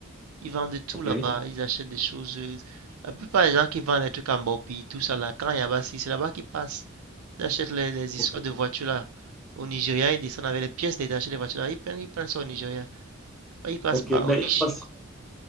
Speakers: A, on the right; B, in the centre.
A: Ils vendent de tout
B: OK.
A: là-bas. Ils achètent des choses. euh, La plupart des gens qui vendent des trucs en Bopi, tout ça là, quand il y a Bassi, c'est là-bas qu'ils passent. Ils achètent les, les histoires
B: OK.
A: de voitures là. Au Nigeria, ils descendent avec les pièces détachées des voitures là. Ils prennent, ils prennent ça au Nigeria. Ils passent
B: OK.
A: par
B: Mais
A: Onishi.
B: il passe.